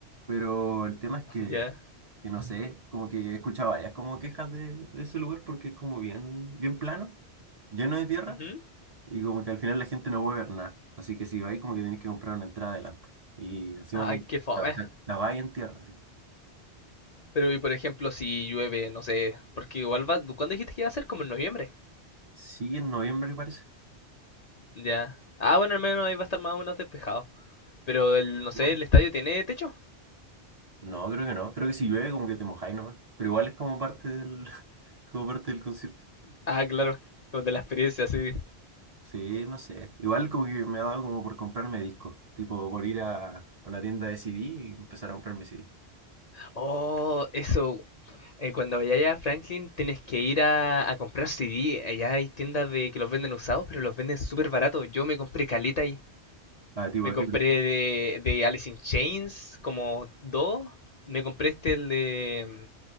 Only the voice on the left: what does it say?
ya.
Ujú.
Ay,
qué fome.
Pero y por ejemplo si llueve, no sé, porque igual va, ¿cuándo dijiste que iba a ser? Como en noviembre.
Ya. Ah, bueno, al menos ahí va a estar más o menos despejado. Pero el, no
sé, el estadio tiene techo.
Ah, claro, como de la experiencia, sí.
Oh, eso. eh, cuando vayas a Franklin tienes que ir a, a comprar CD. Allá hay tiendas de que los venden usados, pero los venden súper baratos. Yo me compré caleta ahí.
Me
compré
de, de Alice in Chains como dos. Me compré este, el de